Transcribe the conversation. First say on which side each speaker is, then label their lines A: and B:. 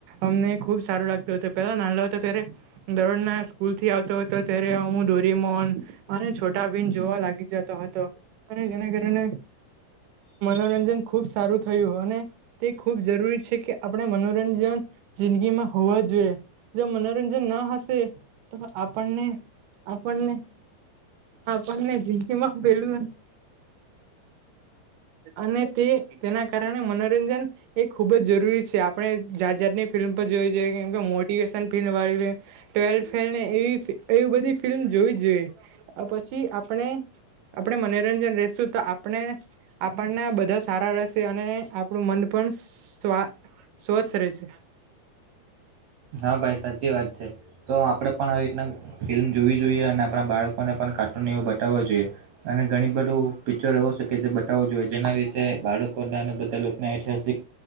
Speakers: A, on the right (about 75°); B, on the right (about 60°).
A: અમને ખુબ સારું લાગતું હતે પેલા નાનલ હતો ત્યારે દરોજના સ્કૂલ થી આવતો હતો ત્યારે હું દોરેમોન અને છો ટાભીમ જોવા લાગી જાતો હતો અને જેના કારણે મનોરંજન ખુબ સારું થયું અને તે ખૂબ જરૂરી છે, કે આપણે મનોરંજન જિંદગી માં હોવા જોઈએ જો મનોરંજન ના હશે તો આપણને આપણને આપણને જિગીમાં પેલું અને તે તેના કારણે મનોરંજન એ ખુબ જ જરૂરી આપણે જાત જાતની ફિલ્મ પર જોઈ જઈએ કેમ કે મો ળ ટવેથ એવી બધી ફિલ્મ જોવી જ જોઈએ પછી છી આપણે આપણે મનોરંજન રેશું તો આપણે આપણને બધા સારા રહેશે અને આપણું મન પ પણ સવા સ્વચ્છ રે છે.
B: હા ભાઈ સાચી વાત છે, તો આપડણે પણ આવી રીતના ફિલ્મ જોવી જોઈએ અને આપણા બાળકોને પણ કાર્ટૂન એવું બતાવવો જોઈએ અને ઘણી બધું પિક્ચર એવું છે, કે જે બતાવવો જોઈએ જેના વિશે બાળક <unintelligible> બધાને ઐતિહાસિક